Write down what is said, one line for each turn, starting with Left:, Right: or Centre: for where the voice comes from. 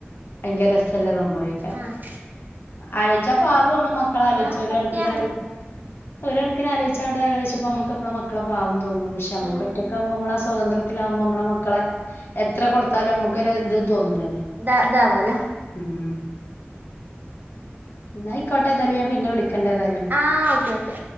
Left: ഭയങ്കര രസല്ല സംഭവയി
Right: ആഹ്
Left: ആലോയിച്ച പാവണ് മക്കള ആലോയിച്ച
Right: ആഹ്
Left: ഒരു
Right: സത്യാണ്
Left: കാണക്കിന് ആലോയിച്ച ഒരു കണക്കിന് ആലോയിച്ച അവിടെ ആലോയിച്ചപ്പോ നമ്മുക്ക് നമ്മള മക്കള പാവം തോന്നും പക്ഷെ നമ്മക്ക്
Right: ഉം
Left: ഒറ്റക്കകുമ്പ നമ്മള സ്വാതന്ത്രത്തിലാവുമ്പോ നമ്മളെ മക്കളെ എത്ര കൊടുത്താലും നമ്മുക്കൊരു ഇത് തോന്നൂലല്ലോ
Right: താ ഇതാവോല്ല
Left: ഉം എന്നായിക്കോട്ടെ ഏതായാലും ഞാൻ പിന്നെ വിളിക്കണ്ട് ഏതായാലും
Right: ആഹ് ഓക്കെ ഓക്കെ